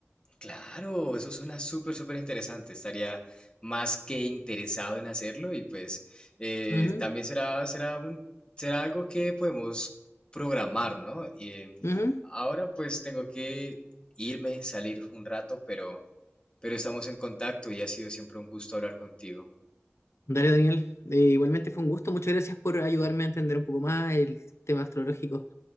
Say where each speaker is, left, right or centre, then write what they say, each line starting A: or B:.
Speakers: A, on the left; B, on the left.
A: Claro, eso suena súper, súper interesante. Estaría más que interesado en hacerlo y pues eh,
B: Ujú,
A: también será, será un- será algo que podemos programar, ¿no? Y, eh,
B: ujú.
A: ahora pues tengo que irme, salir un rato, pero pero estamos en contacto y ha sido siempre un gusto hablar contigo.
B: Dale, Daniel. Eh, igualmente fue un gusto. Muchas gracias por ayudarme a entender un poco más el tema astrológico,